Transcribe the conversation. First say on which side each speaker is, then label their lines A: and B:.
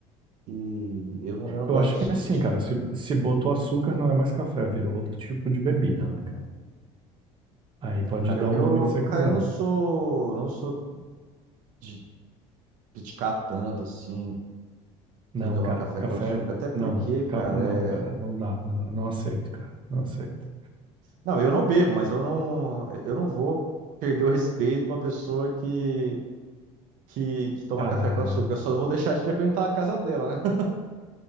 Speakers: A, on the right; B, on the right.
A: E eu não, eu não
B: Eu
A: gosto
B: acho
A: de
B: que
A: discutir.
B: é assim, cara. Se, se botou açúcar, não é mais café, virou outro tipo de bebida, né, cara? Aí
A: né,
B: pode
A: Cara,
B: dar
A: eu, eu-
B: o nome que você quiser.
A: cara, eu não sou, não sou de criticar tanto assim
B: Não,
A: quem toma
B: cara,
A: café
B: com café.
A: com açúcar. Até porque,
B: Não,
A: cara,
B: ca- não,
A: é.
B: cara, não dá, não dá, não aceito, cara, não aceito.
A: Não, eu não bebo, mas eu não, eu não vou perder o respeito pra uma pessoa que, que, que toma
B: Cara,
A: café com açúcar. Eu só vou deixar de frequentar a casa dela, né?